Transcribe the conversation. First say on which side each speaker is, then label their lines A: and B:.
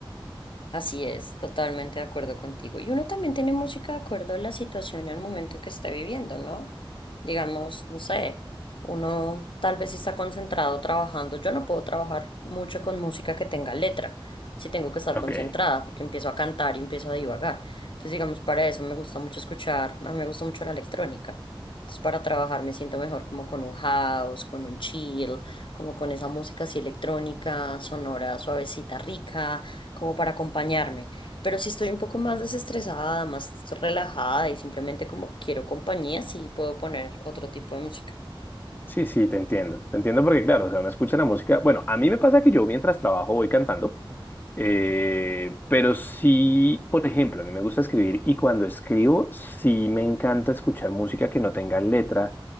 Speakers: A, on the left (about 65°); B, on the left (about 20°).
A: Así es, totalmente de acuerdo contigo. Y uno también tiene música de acuerdo a la situación y al momento que está viviendo, ¿no? Digamos, no sé, uno tal vez si está concentrado trabajando. Yo no puedo trabajar mucho con música que tenga letra, si tengo que estar
B: Ok.
A: concentrada, porque empiezo a cantar y empiezo a divagar. Entonces, digamos, para eso me gusta mucho escuchar, a mí me gusta mucho la electrónica. Entonces, para trabajar me siento mejor como con un house, con un chill, como con esa música así electrónica, sonora, suavecita, rica como para acompañarme. Pero si estoy un poco más desestresada, más relajada y simplemente como que quiero compañía, sí puedo poner otro tipo de música.
B: Sí, sí, te entiendo. Te entiendo porque, claro, o sea, uno escucha la música. Bueno, a mí me pasa que yo mientras trabajo voy cantando, eh, pero sí, por ejemplo, a mí me gusta escribir y cuando escribo sí me encanta escuchar música que no tenga letra